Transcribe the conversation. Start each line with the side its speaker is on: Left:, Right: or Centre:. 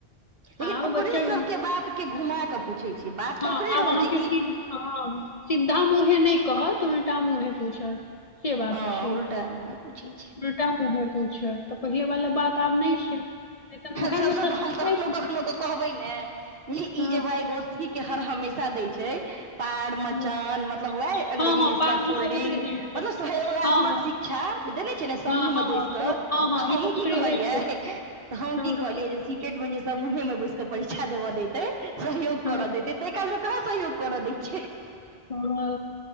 Right: लेकिन
Left: आब
Right: ओकरे
Left: बच्चा
Right: सबके बात के घुमा क पूछै छियै बात
Left: हँ
Right: तऽ ओकरे
Left: आब
Right: रहै
Left: अहाँके
Right: छै
Left: सीध
Right: ई
Left: हँ सिधा मुँहे नहि कहत उल्टा मुँहे पूछत से बात
Right: हँ
Left: छै
Right: उल्टा मुहे बुझै छै
Left: उल्टा मुहे पूछत तऽ पहिले वाल बात आब नइ छै एखन उएहमे
Right: सबस
Left: सँ
Right: तऽ
Left: सब
Right: हम कखनो
Left: काटि दै
Right: कखनो
Left: छै।
Right: के कहबै न ई
Left: हँ
Right: जे बाय गोस्ट की के हर हमेशा दै छै पैड मचान
Left: हँ
Right: मतलब वह अंग्रेजी
Left: हँ हँ
Right: मे
Left: पाबनि
Right: एक्ये फोल्डिंग
Left: ई सब ओकरे देन छै
Right: मतलब सहयोगात्मक
Left: हँ हँ
Right: शिक्षा जे देने छै ने समूह
Left: हँ हँ
Right: मे बैस
Left: सब
Right: क
Left: हँ हँ
Right: तऽ हम
Left: ई सब ओकरे
Right: की कहलियै
Left: हे छै
Right: तऽ हम
Left: हँ
Right: की कहलियै जे सीटेट मे जे समुहे मे बैस क परीक्षा देबअ दैतेै सहयोग
Left: हँ
Right: करअ देते तइ काल काहाँ सहयोग करअ देय छै
Left: ह